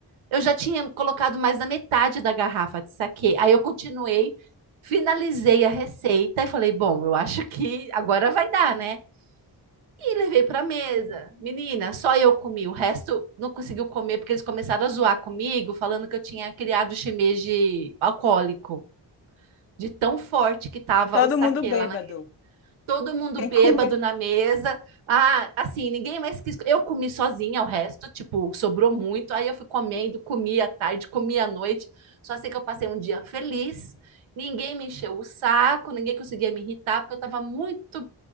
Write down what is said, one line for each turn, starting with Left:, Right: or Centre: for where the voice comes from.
Right: Eu já tinha colocado mais da metade da garrafa de saquê. Aí eu continuei, finalizei a receita e falei, bom, eu acho que agora vai dar, né? E levei pra mesa. Menina, só eu comi. O resto não conseguiu comer porque eles começaram a zoar comigo, falando que eu tinha criado shimeji alcoólico, de tão forte que tava
Left: Todo
Right: o saquê
Left: mundo bêbado.
Right: lá na, todo mundo
Left: Quem
Right: bêbado
Left: comeu
Right: na mesa. Ah, assim, ninguém mais quis. Eu comi sozinha o resto, tipo, sobrou muito. Aí eu fui comendo, comi à tarde, comi à noite. Só sei que eu passei um dia feliz. Ninguém me encheu o saco, ninguém conseguia me irritar, porque eu tava muito